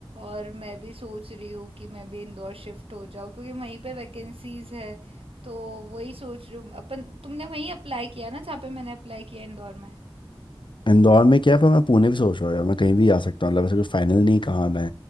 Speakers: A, on the right; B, on the left.
A: और मैं भी सोच रही हूँ कि मैं भी इंदौर शिफ्ट हो जाऊँ क्योंकि वहीं पे वैकेंसीज है तो वही सोच रही हूँ अपन तुमने वहीं अप्लाई किया ना जहाँ पे मैंने अप्लाई किया इंदौर में
B: इंदौर में क्या है, पर मैं पुणे भी सोच रहा हूँ यार मैं कहीं भी आ सकता हूँ मतलब ऐसा कुछ फाइनल नहीं कहाँ मैं